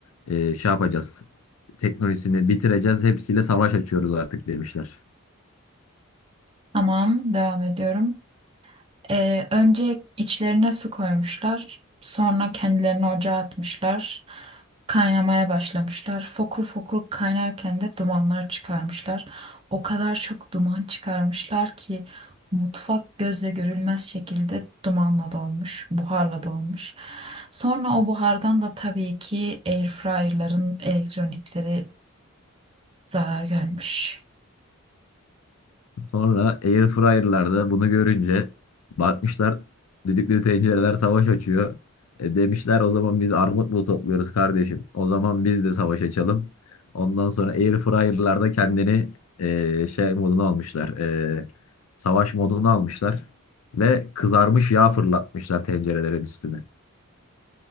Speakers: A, on the left; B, on the right.
A: e, şey yapacağız, teknolojisini bitireceğiz, hepsiyle savaş açıyoruz artık demişler.
B: Tamam, devam ediyorum. Ee, önce içlerine su koymuşlar. Sonra kendilerini ocağa atmışlar. Kaynamaya başlamışlar. Fokur fokur kaynarken de dumanlar çıkarmışlar. O kadar çok duman çıkarmışlar ki mutfak gözle görülmez şekilde dumanla dolmuş, buharla dolmuş. Sonra o buhardan da tabii ki airfryer'ların elektronikleri zarar görmüş.
A: Sonra airfryer'larda bunu görünce bakmışlar düdüklü tencereler savaş açıyor. E, demişler o zaman biz armut mu topluyoruz kardeşim? O zaman biz de savaş açalım. Ondan sonra airfryer'larda kendini e, şey moduna almışlar. e, savaş moduna almışlar. Ve kızarmış yağ fırlatmışlar tencerelerin üstüne.